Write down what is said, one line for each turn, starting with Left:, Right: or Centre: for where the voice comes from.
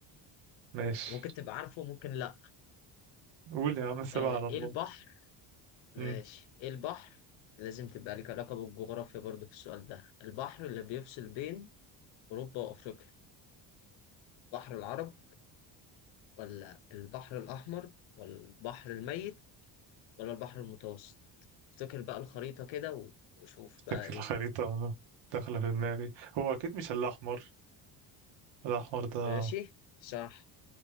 Right: ماشي
Left: ممكن تبقى عارفه ممكن لا
Right: قول يا عم سيبها
Left: آه،
Right: على الله
Left: ايه البحر ماشي
Right: امم
Left: ايه البحر لازم تبقى لك علاقة بالجغرافيا برضو في السؤال ده البحر اللي بيفصل بين اوروبا وافريقيا بحر العرب ولا البحر الاحمر ولا البحر الميت ولا البحر المتوسط افتكر بقى الخريطة كده و- وشوف بقى
Right: فاكر
Left: ايه
Right: الخريطة داخلة في دماغي هو أكيد مش الأحمر الأحمر ده
Left: ماشي صح